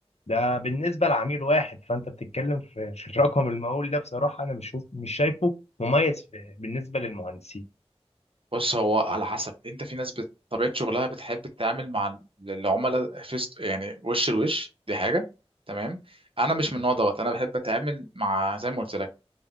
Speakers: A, on the left; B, on the right.
A: ده بالنسبه لعميل واحد فانت بتتكلم في في الرقم المهول ده بصراحه انا مش شوف- مش شايفه مميز في- بالنسبه للمهندسين
B: بص هو على حسب انت في ناس بت- طبيعة شغلها بتحب تتعامل مع ال- العملاء فيست يعني وش لوش دي حاجة تمام انا مش من النوع دوت انا بحب اتعامل مع زي ما قلت لك